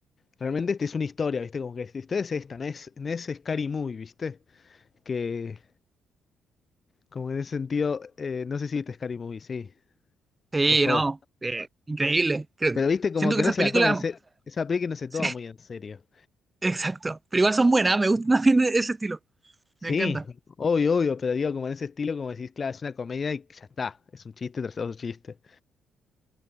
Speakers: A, on the left (about 40°); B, on the right (about 15°).
A: realmente esta es una historia, ¿viste? Como que esta historia es esta, no es, no es Scary Movie, ¿viste? Que como que en ese sentido, eh, no sé si viste Scary Movie, sí,
B: Sí,
A: por favor.
B: no. eh, increíble. Creo-
A: Pero viste como
B: siento
A: que
B: que esas
A: no se
B: películas...
A: la toma en serio, esa película no se toma
B: Sí,
A: muy en serio.
B: <laughs> exacto. Pero igual son buenas. Me gusta también ese estilo.
A: Sí,
B: Me encanta.
A: obvio, obvio, pero digo como en ese estilo, como decís, claro, es una comedia y ya está, es un chiste tras otro chiste.